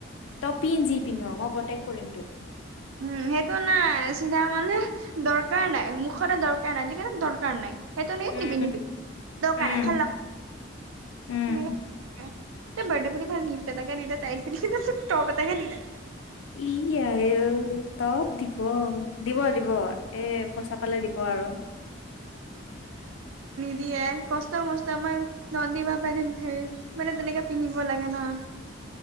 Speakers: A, on the left (about 80°); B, on the right (about 80°).
A: তই পিন্ধি যি পিন্ধ মই প্ৰটেক্ট কৰিম তোক।
B: উম সেইটো নাই চিধা মানে দৰকাৰ নাই মুখ কৰা দৰকাৰ নাই যে দৰকাৰ নাই। সেইটো নিপিন্ধিবি
A: উম,
B: দৰকাৰ
A: উম,
B: নাই ভাল নালগে
A: উম।
B: হেনেকে হে বাৰ্থডে বুলি ভাল গিফট এটা দিলে তাইক কিন্তু টপ এটা হে দিলে
A: ই আই ঐ টপ দিব। দিব-দিব এ পইচা পালে দিব আৰু।
B: দিয়ে কষ্ট-মষ্ট আমাৰ নন্দী বা পাই ধেই মানে তেনেকে পিন্ধিব লাগে ন। <inaudible>